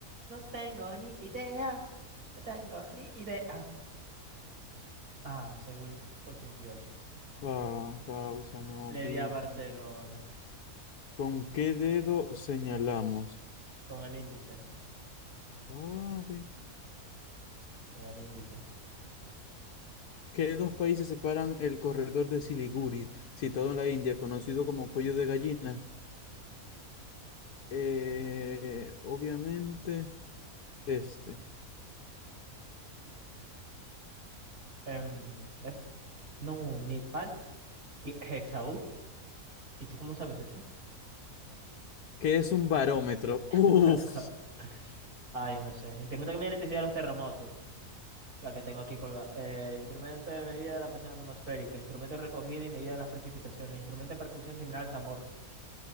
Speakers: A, on the right (about 80°); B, on the left (about 85°).
A: No tengo ni idea, no tengo ni idea. Ah, Seúl 88.
B: La causa, no,
A: Le
B: pi,
A: di a Barcelona
B: pi. ¿Con qué dedo señalamos?
A: con el índice,
B: Ah, pi.
A: con el índice.
B: ¿Qué dos países separan el corredor de Siliguri,
A: Mm.
B: situado en la India, conocido como cuello de gallina? Eh, obviamente, este.
A: Em, es- no, Nepal, y Hexaú. ¿Y tú cómo sabes eso?
B: ¿Qué es un barómetro? Uf.
A: <laughs> Ay, no sé. Instrumento que mide la intensidad de los terremotos. La que tengo aquí colgada. Eh, instrumento de medida de la presión atmosférica. Instrumento de recogida y medida de las precipitaciones. Instrumento de percusión similar al tambor.